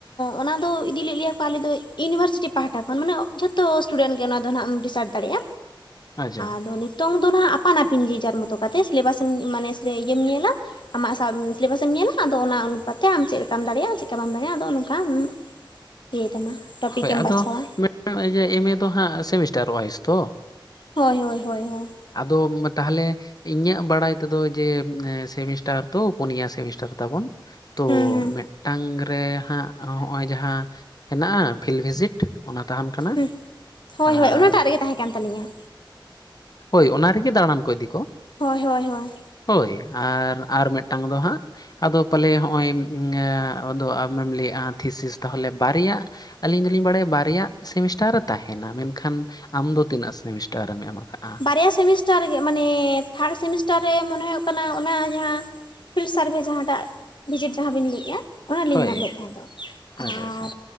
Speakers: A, on the left (about 65°); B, on the left (about 50°).
A: ᱚᱱᱟ ᱫᱚ ᱤᱫᱤ ᱞᱮᱜ ᱞᱮᱭᱟ ᱠᱚ ᱟᱞᱮ ᱫᱚ ᱤᱭᱩᱱᱤᱵᱷᱟᱨᱥᱤᱴᱤ ᱯᱟᱦᱴᱟ ᱠᱷᱚᱱ ᱾ ᱢᱟᱱᱮ ᱡᱷᱚᱛᱚ ᱥᱴᱩᱰᱮᱱᱴ ᱜᱮ ᱚᱱᱟ ᱫᱚ ᱦᱟᱸᱜ ᱫᱟᱲᱮᱭᱟᱜ-ᱟ
B: ᱟᱪᱪᱷᱟ
A: ᱟᱫᱚ ᱱᱤᱛ ᱛᱚᱝ ᱫᱚ ᱱᱟᱦᱟᱜ ᱟᱯᱟᱱ ᱟᱹᱯᱤᱱ ᱡᱮᱡᱟᱨ ᱢᱚᱛᱚ ᱠᱟᱛᱮᱜ, ᱥᱤᱞᱮᱵᱟᱥᱮᱢ ᱢᱟᱱᱮ ᱤᱭᱟᱹᱢ ᱧᱮᱞᱟ ᱾ ᱟᱢᱟ ᱥᱟᱢ ᱥᱤᱞᱮᱵᱟᱥᱮᱢ ᱧᱮᱞᱟ᱾ ᱟᱫᱚ ᱚᱱᱟ ᱚᱱᱩᱯᱟᱛᱮ, ᱟᱢ ᱪᱮᱜ ᱞᱮᱠᱟᱢ ᱫᱟᱲᱮᱭᱟᱜ-ᱟ ᱪᱮᱜᱠᱟ ᱵᱟᱢ ᱫᱟᱲᱮᱭᱟᱜ-ᱟ ᱟᱫᱚ ᱱᱚᱝᱠᱟᱢ ᱤᱭᱟᱹᱭ ᱛᱟᱢᱟ᱾ ᱴᱚᱯᱤᱠᱮᱢ
B: ᱦᱳᱭ ᱟᱫᱚ
A: ᱵᱟᱪᱷᱟᱣᱟ
B: ᱢᱮᱰᱟᱢ ᱤᱭᱟᱹ ᱮ ᱢᱮ ᱫᱚ ᱦᱟᱸᱜ ᱥᱮᱢᱤᱥᱴᱟᱨ ᱚᱣᱟᱭᱤᱥ ᱛᱚ ᱾
A: ᱦᱳᱭ ᱦᱳᱭ ᱦᱳᱭ ᱦᱳᱭ ᱾
B: ᱟᱫᱚᱢ ᱛᱟᱦᱞᱮ ᱤᱧᱟᱹᱜ ᱵᱟᱲᱟᱭ ᱛᱮ ᱫᱚ ᱡᱮ, ᱥᱮᱢᱤᱥᱴᱟᱨ ᱛᱚ ᱯᱩᱱᱭᱟ ᱥᱮᱢᱤᱥᱴᱟᱨ ᱛᱟᱵᱚᱱ ᱾ ᱛᱳ
A: ᱦᱩᱸ ᱦᱩᱸ
B: ᱢᱮᱜᱴᱟᱝ ᱜᱟ ᱨᱮ ᱦᱟᱸᱜ ᱦᱚᱸ ᱦᱚᱸᱜ-ᱚᱭ ᱡᱟᱦᱟᱸ ᱦᱮᱱᱟᱜ-ᱟ, ᱯᱷᱤᱞᱵᱷᱤᱡᱤᱰ᱾ ᱚᱱᱟ ᱛᱟᱦᱟᱱ ᱠᱟᱱᱟ᱾
A: ᱦᱩᱸ ᱦᱳᱭ
B: ᱟᱨ
A: ᱦᱳᱭ ᱚᱱᱟᱴᱟᱜ ᱨᱮᱜᱮ ᱛᱟᱦᱮᱸ ᱠᱟᱱ ᱛᱟᱹᱞᱤᱧᱟ᱾
B: ᱦᱳᱭ ᱚᱱᱟ ᱨᱮ ᱜᱮ, ᱫᱟᱲᱟᱱ ᱠᱚ ᱤᱫᱤ ᱠᱚ ᱾
A: ᱦᱳᱭ ᱦᱳᱭ ᱦᱳᱭ᱾
B: ᱦᱳᱭ, ᱟᱨ ᱟᱨ ᱢᱮᱜᱴᱟᱝ ᱫᱚ ᱦᱟᱸᱜ ᱟᱫᱚ ᱯᱟᱞᱮ ᱦᱚᱸᱜᱼᱚᱭ ᱟᱫᱚ ᱟᱢᱮᱢ ᱞᱟᱹᱭᱮᱜᱼᱟ, ᱛᱷᱤᱥᱤᱥ ᱛᱟᱦᱚᱞᱮ ᱵᱟᱨᱭᱟ ᱟᱹᱞᱤᱧ ᱫᱚᱞᱤᱧ ᱵᱟᱲᱟᱭᱟ ᱵᱟᱨᱭᱟ ᱥᱮᱢᱤᱥᱴᱟᱨᱮ ᱛᱟᱦᱮᱱᱟ᱾ ᱢᱮᱱᱠᱷᱟᱱ ᱟᱢ ᱫᱚ ᱛᱤᱱᱟᱹᱜ ᱥᱮᱢᱤᱥᱴᱟᱨᱮᱢ ᱮᱢ ᱟᱠᱟᱫᱟ᱾
A: ᱵᱟᱨᱭᱟ ᱥᱮᱢᱤᱥᱴᱟᱨᱜᱮ ᱢᱟᱱᱮ, ᱛᱷᱟᱨᱰ ᱥᱮᱢᱤᱥᱴᱟᱨ ᱨᱮ ᱢᱚᱱᱮ ᱦᱩᱭᱩᱜ ᱠᱟᱱᱟ ᱚᱱᱟ ᱡᱟᱦᱟᱸ ᱯᱷᱤᱞᱰ ᱥᱟᱨᱵᱷᱮ ᱡᱟᱦᱟᱸᱴᱟᱜ, ᱵᱷᱤᱡᱤᱴ ᱡᱟᱦᱟᱸ ᱵᱤᱱ ᱞᱟᱹᱭᱮᱜᱼᱟ᱾ ᱚᱱᱟᱞᱤᱧ
B: ᱦᱳᱭ
A: ᱧᱟᱢ ᱞᱮᱫ ᱛᱟᱦᱮᱸ ᱛᱚ᱾ ᱟᱨ
B: ᱟᱪᱪᱷᱟ ᱟᱪᱪᱷᱟ